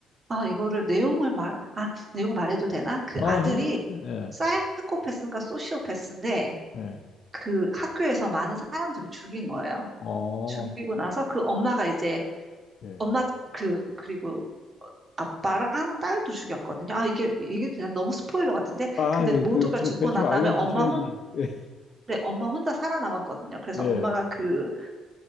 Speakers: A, on the right; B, on the left.
A: 아, 이거를 내용을 말, 아, 내용 말해도 되나? 그
B: 아,
A: 아들이
B: 해, 네,
A: 사이코패스인가 소시오패스인데,
B: 예. 예.
A: 그 학교에서 많은 사람들을 죽인 거예요.
B: 어,
A: 죽이고 나서 그 엄마가 이제
B: 예.
A: 엄마 그 그리고 어, 아빠랑 딸도 죽였거든요. 아 이게 이게 그냥 너무 스포일러 같은데
B: 아,
A: 근데
B: 그,
A: 모두가
B: 그, 좀
A: 죽고
B: 대충
A: 난
B: 알려주셔야지.
A: 다음에 엄마 혼
B: <laughs>
A: 그래, 엄마 혼자 살아남았거든요. 그래서
B: 네,
A: 엄마가 그